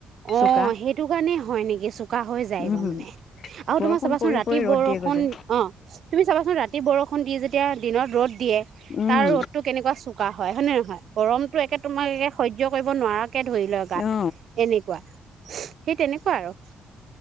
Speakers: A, on the right; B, on the left.
A: উম
B: চোকা
A: সেইটো কাৰণেই হয় নেকি চোকা হৈ যায়
B: উম
A: গৈ মানে। আৰু
B: বৰষুণ
A: তোমাৰ চাবাচোন
B: পৰি
A: ৰাতি
B: পৰি ৰ'দ
A: বৰষুণ
B: দিয়ে গৈছে
A: অ তুমি চাবাচোন ৰাতি বৰষুণ ষুণ দি যেতিয়া দিনত ৰ'দ দিয়ে
B: উম
A: তাৰ ৰ'দটো কেনেকুৱা চোকা হয়, হয়নে নহয়? গৰমতটো একে তোমাৰ একে সহ্য কৰিব নোৱাৰা কে ধৰি লয় গাত
B: অ
A: এনেকুৱা সেই তেনেকুৱা আৰু।